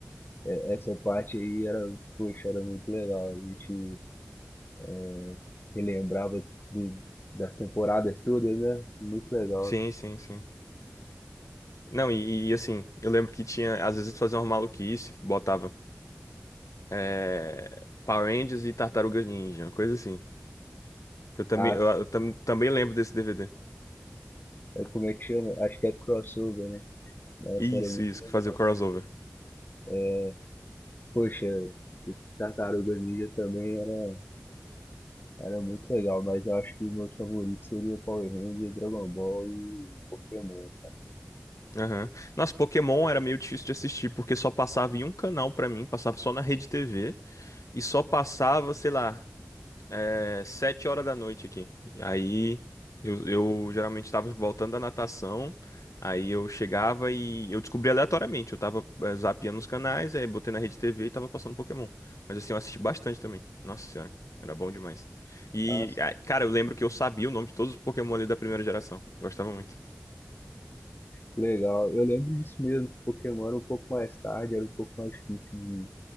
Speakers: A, on the left; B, on the left.
A: é- essa parte aí era, poxa, era muito legal. A gente eh, relembrava de- das temporadas todas, né? Muito legal.
B: Sim, sim, sim. Não, e, e, assim, eu lembro que tinha, às vezes fazia uma maluquice, botava é, Power Rangers e Tartarugas Ninja, uma coisa assim. Que Eu também,
A: Ah,
B: eu, eu tam- também lembro desse DVD.
A: é, como é que chama? Acho que é crossover, né? Nossa,
B: Isso,
A: era muito
B: isso,
A: legal.
B: que fazia o crossover.
A: É, poxa, os Tartarugas Ninja também era, era muito legal, mas eu acho que meus favoritos seriam Power Rangers, Dragon Ball e Pokémon.
B: Aham. Nossa, Pokémon era meio difícil de assistir, porque só passava em um canal pra mim, passava só na Rede TV, e só passava, sei lá, é sete horas da noite aqui. E Aí eu, eu geralmente estava voltando da natação. Aí eu chegava e eu descobri aleatoriamente. Eu tava é, zapeando os canais, aí botei na rede TV e tava passando Pokémon. Mas assim, eu assisti bastante também. Nossa senhora, era bom demais. E,
A: Nossa,
B: ah, cara, eu lembro que eu sabia o nome de todos os Pokémon ali da primeira geração. Gostava muito.
A: que legal. Eu lembro disso mesmo, que Pokémon era um pouco mais tarde, era um pouco mais difícil de